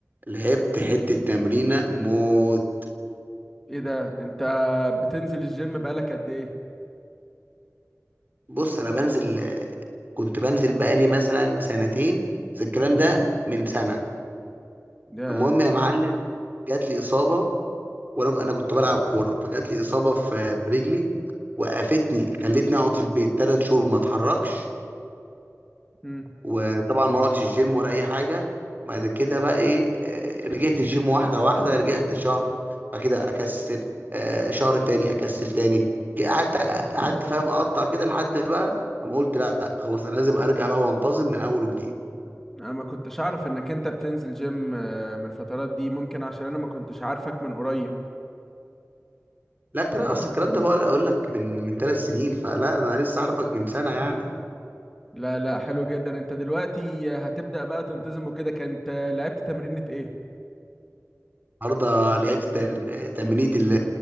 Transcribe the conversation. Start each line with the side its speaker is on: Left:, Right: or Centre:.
Right: لعبت حتة تمرينة موت
Centre: ايه ده انت بتنزل الجيم بقالك قد ايه
Right: بص أنا بنزل كنت بنزل بقالي مثلا سنتين بس الكلام ده من سنة
Centre: ده
Right: المهم يا معلم جات لي إصابة وأنا أنا كنت بلعب كورة فجات لي إصابة في في رجلي وقفتني خلتني أقعد في البيت تلات شهور ما أتحركش
Centre: مم.
Right: وطبعا ما رحتش الجيم ولا اي حاجه بعد كده بقى ايه آه، رجعت الجيم واحده واحده رجعت شهر بعد كده اكسل آه، شهر تاني اكسل تاني ك- قعدت قعدت فاهم اقطع كده لحد بقى اما قلت لا خلاص انا لازم ارجع بقى وانتظم من اول وجديد
Centre: انا ما كنتش اعرف انك انت بتنزل جيم آه، من الفترات دي ممكن عشان انا ما كنتش عارفك من قريب
Right: لا كده اصل الكلام ده بقى اقول لك من من ثلاث سنين فلا انا لسه عارفك من سنه يعني
Centre: لا لا حلو جدا انت دلوقتي آه، هتبدأ بقى تنتظم وكده كانت آه، لعبت تمرينة ايه
Right: النهارده لعبت تم- تمرينة ال-